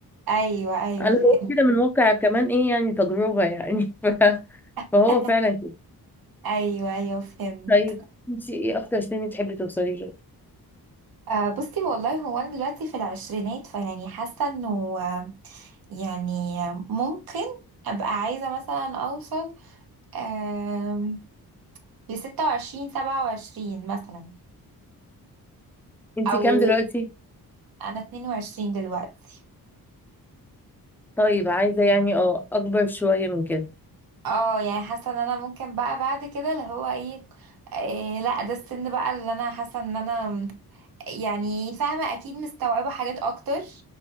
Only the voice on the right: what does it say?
ايوه ايوه
فهمت
<laughs>
ايوه ايوه فهمت
آه، بصي والله هو انا دلوقتي في العشرينات فيعني حاسه انه آه، يعني آه، ممكن ابقى عايزه مثلا اوصل آم، ل 26 27 مثلا
او
انا 22 دلوقتي
اه يعني حاسه ان انا ممكن بقى بعد كده اللي هو ايه آه، لا ده السن بقى اللي انا حاسه ان انا يعني فاهمه اكيد مستوعبه حاجات اكتر